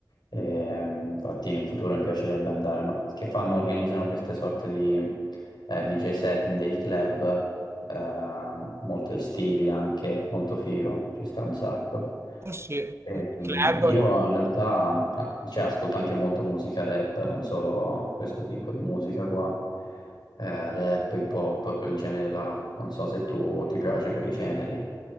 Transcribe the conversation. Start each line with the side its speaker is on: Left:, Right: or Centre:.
Left: Ehm, infatti in futuro mi piacerebbe andare, ma che fanno, organizzano queste sorte di eh, DJ set in dei club ehm, molto estivi anche, molto figo, ci sta un sacco.
Right: Ah, sì,
Left: Ehm,
Right: un club
Left: io
Right: o in
Left: in realtà, ah, cioè, ascolto anche molta musica rap, non solo questo tipo di musica qua, Eh, rap, hip hop, quel genere là. Non so se tu ti piace quei generi.